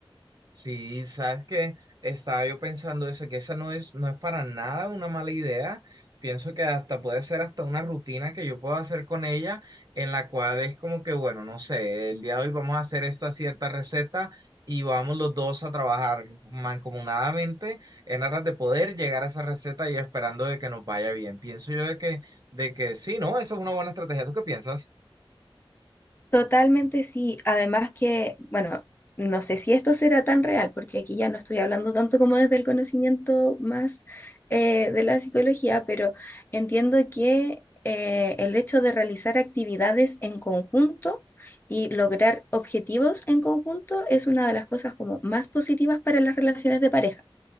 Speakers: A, on the right; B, on the left.
A: Sí, sabes que estaba yo pensando eso, que esa no es, no es para nada una mala idea. Pienso que hasta puede ser hasta una rutina que yo puedo hacer con ella, en la cual es como que, bueno, no sé, el día de hoy vamos a hacer esta cierta receta y vamos los dos a trabajar mancomunadamente en aras de poder llegar a esa receta y esperando de que nos vaya bien. Pienso yo de que, de que sí, ¿no? Esa es una buena estrategia. ¿Tú qué piensas?
B: Totalmente sí. Además que, bueno, no sé si esto será tan real, porque aquí ya no estoy hablando tanto como desde el conocimiento más eh, de la psicología, pero entiendo que eh, el hecho de realizar actividades en conjunto y lograr objetivos en conjunto es una de las cosas como más positivas para las relaciones de pareja